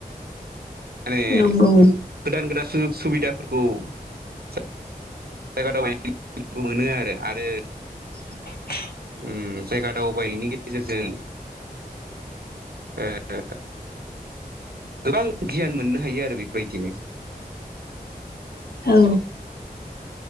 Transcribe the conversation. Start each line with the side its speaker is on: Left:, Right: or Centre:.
Right: माने
Left: नंगौ
Right: गोदान गोदान सुजुग सुबिदाफोरखौ सा <unintelligible> मोनो आरो आरो
Left: <inaudible>
Right: उम जायगा दावबायनायनि गेजेरजों ओ गोबां गियान मोननो हायो आरो बेफोरबायदिनो।
Left: औ